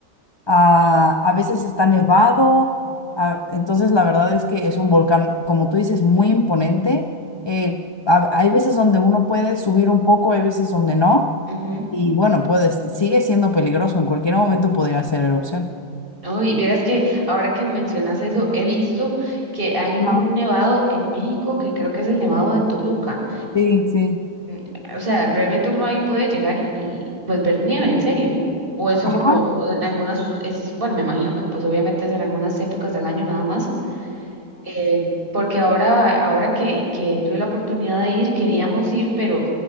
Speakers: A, on the left; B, on the right.
A: Ah, a veces está nevado, ah, entonces la verdad es que es un volcán, como tú dices, muy imponente. Eh, ha- hay veces donde uno puede subir un poco, hay veces donde no,
B: Ujú.
A: y bueno, puedes, sigue siendo peligroso, en cualquier momento podría hacer erupción.
B: Uy, vieras que ahora que mencionas eso, he visto que hay un
A: Ajá.
B: nevado en México que creo que es el nevado de Toluca.
A: Sí, sí.
B: Mm, O sea, realmente uno ahí puede llegar y, y, pues ver nieve, en serio. O eso
A: Ajá,
B: como o en algunas es, bueno, me imagino que pues obviamente es en algunas épocas del año nada más eh, porque ahora, ahora que, que tuve la oportunidad de ir, queríamos ir, pero